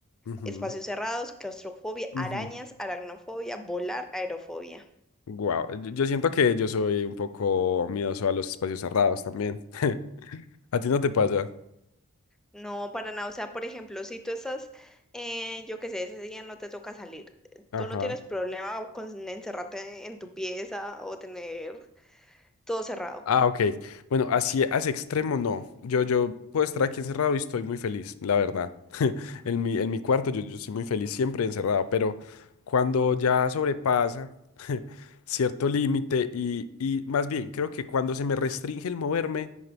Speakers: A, on the left; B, in the centre.
A: ujú,
B: espacios cerrados, claustrofobia,
A: ujú.
B: arañas, aracnofobia, volar, aerofobia.
A: Guau, Yo, yo siento que yo soy un poco miedoso a los espacios cerrados también. <laughs> A ti no te pasa.
B: No, para nada. O sea, por ejemplo, si tú estás, eh, yo qué sé, ese día no te toca salir, eh,
A: Ajá.
B: tú no tienes problema con encerrarte en tu pieza o tener todo cerrado.
A: Ah, ok. Bueno, así a ese extremo no. Yo, yo puedo estar aquí encerrado y estoy muy feliz, la verdad. <laughs> En mi, en mi cuarto yo, yo soy muy feliz siempre encerrado, pero cuando ya sobrepasa <laughs> cierto límite y, y más bien, creo que cuando se me restringe el moverme,